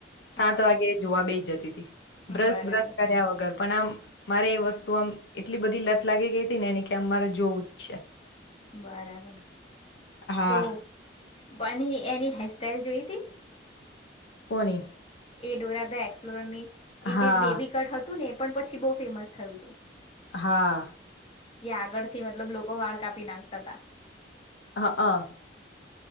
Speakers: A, on the left; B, on the left.
A: સાત
B: હા
A: વાગે જોવા બેઈ જતી તી બ્રશ
B: બરાબર
A: બ્રશ કર્યા વગર. પણ આમ મારે એ વસ્તુ આમ એટલી બધી લત લાગી ગઈ હતી ને ને કે આમ મારે જોવું જ છે.
B: બરાબર
A: હા
B: તો બની એની હેરસ્ટાઈલ જોઈ તી.
A: કોને.
B: એ ડોરા ધ એક્સપ્લોર ની એ
A: હા
B: જે બેબી કટ હતું ને એ પણ પછી બહુ ફેમસ થયું હતું
A: હા.
B: કે આગળથી મતલબ લોકો વાળ કાપી નાખતા હતા.
A: હ અ.